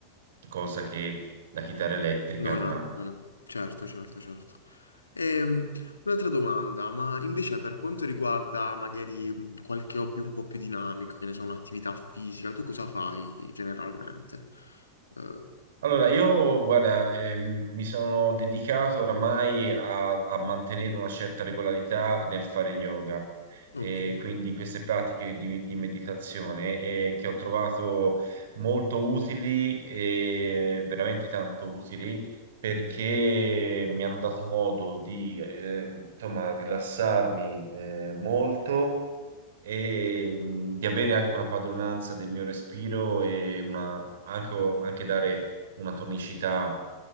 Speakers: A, on the right; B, on the left.
A: cosa che la chitarra elettrica
B: No,
A: non
B: no,
A: ha.
B: no, no. Certo, certo, certo. Ehm, un'altra domanda, ma invece per quanto riguarda magari mh, qualche hobby un po' più dinamico, che ne so, un'attività fisica, tu cosa fai generalmente? Eh,
A: Allora, io, guarda, ehm, mi sono dedicato oramai a, a mantenere una certa regolarità nel fare yoga
B: ok,
A: e quindi queste pratiche di, di meditazione eh, che ho trovato molto utili e veramente tanto utili perché mi hanno dato modo di, eh, insomma, rilassarmi eh, molto e mh, di avere anche una padronanza del mio respiro e una- anche, anche dare una tonicità